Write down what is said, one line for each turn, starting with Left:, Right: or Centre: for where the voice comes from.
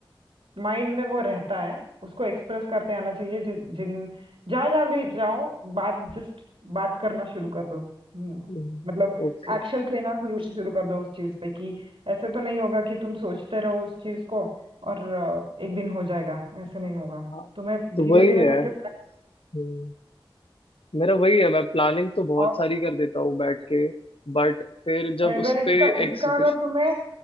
Right: माइंड में वो रहता है उसको एक्सप्रेस करते आना चाहिए जि, जिन जहां जहां भी जाओ बात जस्ट बात करना शुरू कर दो हम्म,
Left: हम्म
Right: मतलब
Left: ओके
Right: एक्शंस लेना शुरू शुरू कर दो उस चीज पे कि ऐसे तो नहीं होगा कि तुम सोचते रहो उस चीज को और अ, एक दिन हो जाएगा ऐसे नहीं होगा
Left: हाँ
Right: तुम्हें
Left: तो
Right: धीरे
Left: वही
Right: धीरे
Left: है
Right: करके
Left: हम्म, मेरा वही है मैं प्लानिंग तो बहुत
Right: और
Left: सारी कर देता हूँ बैठ के बट फिर जब
Right: और अगर
Left: उस
Right: इसका
Left: पे
Right: इसका
Left: एग्जीक्यूशन
Right: अगर तुम्हें